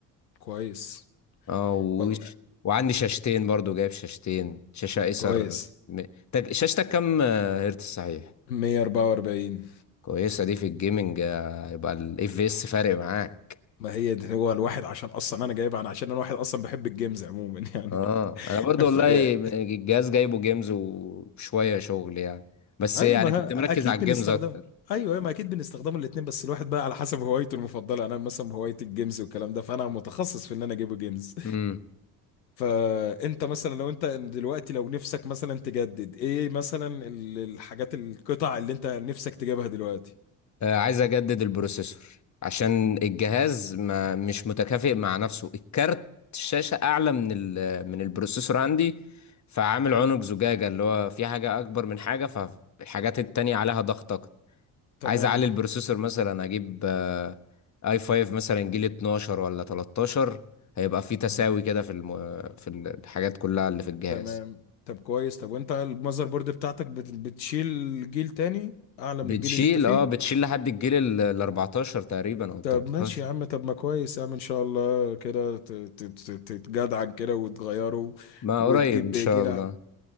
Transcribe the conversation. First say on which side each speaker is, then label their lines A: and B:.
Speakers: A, on the left; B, on the left.
A: كويس
B: اه وش
A: والله
B: وعندي شاشتين برضو جايب شاشتين شاشة ايسر
A: كويس
B: م... تج... شاشتك كام آه، هرتز صحيح
A: 144
B: كويسة دي في الجيمنج آه، يبقى الاف في اس فارق معاك
A: ما هي ده هو الواحد عشان اصلا انا جايبها انا عشان انا واحد اصلا بحب الجيمز عموما <laughs> يعني
B: اه انا برضو والله
A: فهي
B: الجهاز جايبه جيمز وشوية شغل يعني بس
A: ايوه
B: يعني
A: ما ه-
B: كنت مركز
A: اكيد
B: على الجيمز
A: بنستخدمها
B: اكتر
A: ايوه أيوة، ما اكيد بنستخدمها الاثنين بس الواحد بقى على حسب هوايته المفضله انا مثلا هوايتي الجيمز والكلام ده فانا متخصص في ان انا اجيب جيمز
B: مم.
A: فانت مثلا لو انت دلوقتي لو نفسك مثلا تجدد ايه مثلا ال- الحاجات القطع اللي انت نفسك تجيبها دلوقتي
B: آه، عايز اجدد البروسيسور عشان الجهاز ما مش متكافئ مع نفسه الكارت الشاشة اعلى من ال- من البروسيسور عندي فعامل عنق زجاجة اللي هو في حاجة اكبر من حاجة فالحاجات التانية عليها ضغط اكتر
A: تمام
B: عايز اعلي البروسيسور مثلا اجيب آه، اي 5 مثلا جيل 12 ولا 13 هيبقى في تساوي
A: تمام
B: كده في الم... في الحاجات كلها اللي في الجهاز
A: تمام طب كويس طب وانت المذر بورد بتاعتك بت- بتشيل جيل تاني اعلى
B: بتشيل
A: من الجيل اللي انت فيه
B: اه بتشيل لحد الجيل ال 14 تقريبا او ال
A: طب
B: 13
A: ماشي يا عم طب ما كويس يا عم ان شاء الله كده ت- ت- ت- تتجدعن كده وتغيره
B: ما
A: وتجيب
B: قريب ان
A: جيل
B: شاء الله
A: اعلى